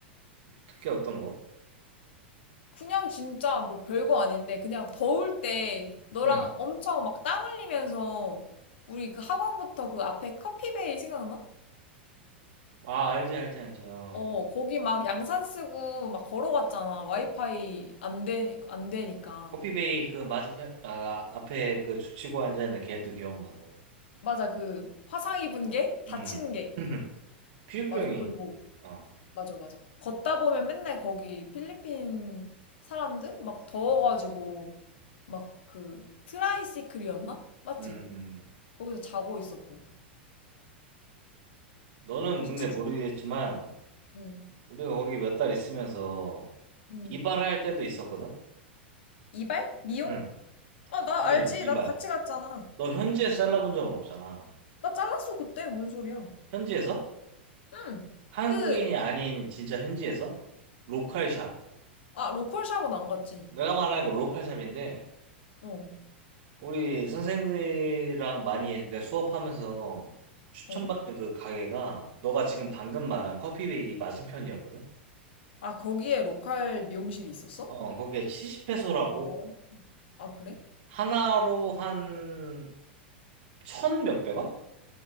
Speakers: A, on the right (about 55°); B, on the left (about 70°).
A: 특히 어떤 거?
B: 그냥 진짜 뭐 별거 아닌데, 그냥 더울 때 너랑
A: 응.
B: 엄청 막 땀 흘리면서 우리 그 학원부터 그 앞에 커피베이 생각나?
A: 아, 알지, 알지, 알지. 어.
B: 어, 거기 막 양산 쓰고 막 걸어갔잖아. 와이파이 안 되, 안 되니까.
A: 커피베이 그 맞은편 아 앞에 그 죽치고 앉아 있는 걔도 기억나고.
B: 맞아, 그 화상 입은 게? 다친
A: 음.
B: 게.
A: <laughs> 피부병이
B: 맞아. 그리고
A: 어.
B: 맞아, 맞아. 걷다 보면 맨날 거기 필리핀 사람들 막 더워가지고
A: 음.
B: 막 그 트라이시클이었나? 맞지?
A: 음.
B: 거기서 자고 있었고.
A: 너는
B: 진짜.
A: 근데 모르겠지만
B: 응,
A: 우리가 거기 몇 달 있으면서
B: 응.
A: 이발할 때도 있었거든.
B: 이발? 미용?
A: 응.
B: 아, 나
A: 미용
B: 알지.
A: 이발.
B: 나도 같이 갔잖아.
A: 너 현지에서 잘라본 적은 없잖아.
B: 나 잘랐어, 그때. 뭔 소리야.
A: 현지에서?
B: 응.
A: 한국인이
B: 그,
A: 아닌 진짜 현지에서? 로컬샵.
B: 아, 로컬 샵은 안 갔지.
A: 내가 말하는 건 로컬샵인데
B: 어,
A: 우리 선생님들이랑 많이 그러니까 수업하면서 추천받은
B: 어.
A: 그 가게가 너가 지금 방금 말한 커피베이 맞은편이었거든?
B: 아, 거기에 로컬 미용실이 있었어?
A: 어, 거기에 70페소라고
B: 아, 아, 그래?
A: 하나로 한 천 몇백 원?